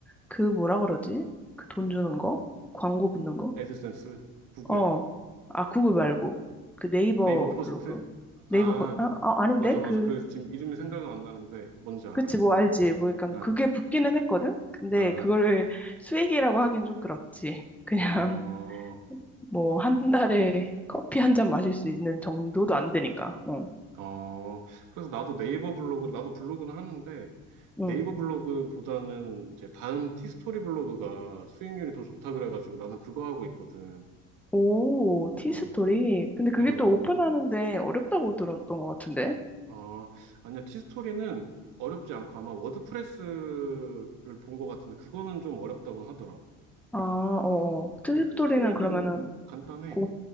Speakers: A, in the centre; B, on the right.
A: 그 뭐라 그러지? 그 돈 주는 거? 광고 붙는 거?
B: 애드센스, 구글,
A: 어, 아, 구글
B: 음,
A: 말고. 그 네이버
B: 네이버 포스트?
A: 블로그. 네이버,
B: 아,
A: 버- 아, 아, 아닌데?
B: 맞아, 맞아.
A: 그,
B: 그 지금 이름이 생각은 안 나는데 뭔지 알아.
A: 그치, 뭐, 알지. 뭐, 약간,
B: 응,
A: 그게 붙기는 했거든? 근데,
B: 응,
A: 그거를 수익이라고 하긴 좀 그렇지. <laughs> 그냥,
B: 응. 어,
A: 뭐, 한 달에 커피
B: 응.
A: 한 잔 마실 수 있는 정도도 안 되니까. 어
B: 어, 그래서 나도 네이버 블로그, 나도 블로그는 하는데
A: 응.
B: 네이버 블로그보다는 이제 다음 티스토리 블로그가 수익률이 더 좋다 그래가지고 나는 그거 하고 있거든.
A: 오, 티스토리.
B: 응,
A: 근데 그게
B: 응.
A: 또 오픈하는데 어렵다고 들었던 것 같은데?
B: 어, 아니야. 티스토리는 어렵지 않고 아마 워드프레스를 본 것 같은데 그거는 좀 어렵다고 하더라.
A: 아, 어,
B: 응.
A: 어. 티스토리는
B: 근데 티스토리는
A: 그러면은,
B: 간단해.
A: 오-